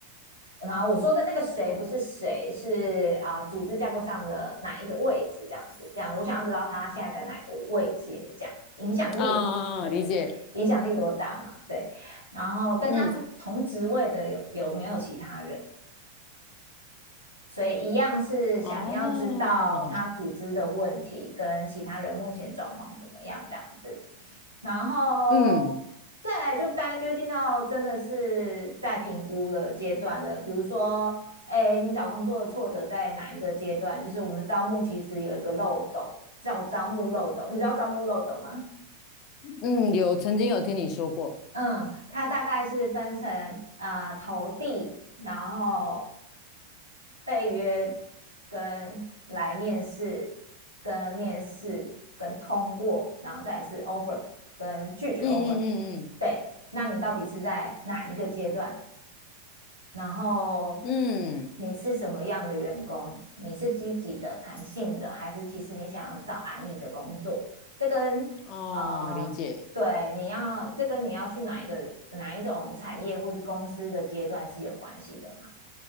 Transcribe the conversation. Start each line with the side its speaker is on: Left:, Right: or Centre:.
Right: 然后我说的那个谁不是谁，是啊、组织架构上的哪一个位置这样子。这样我想要知道他现在在哪一个位阶，这样影响力有对影响力多大嘛？
Left: 啊，理解。
Right: 对，然后跟他同同职位的有有没有其他人？
Left: 嗯，
Right: 所以一样是想要知道他组织的问题跟其他人目前状况怎么样这样子，
Left: 哦，
Right: 然后
Left: 嗯
Right: 再来就当然就进到真的是在评估的阶段了，比如说，哎，你找工作的挫折在哪一个阶段？就是我们招募其实有一个漏斗，叫招募漏斗，你知道招募漏斗吗？
Left: 嗯，有曾经有听你说过，
Right: 嗯，它大概是分成啊投递，然后被约跟来面试，跟面试跟通过，然后再是 offer 跟拒绝
Left: 嗯嗯嗯
Right: offer。对，那你到底是在哪一个阶段？然后
Left: 嗯嗯，
Right: 你是什么样的员工？你是积极的、弹性的，还是其实你想要找安逸的工作？这跟呃，
Left: 哦，理解。
Right: 对，你要这跟你要去哪一个哪一种产业或是公司的阶段是有关系的嘛？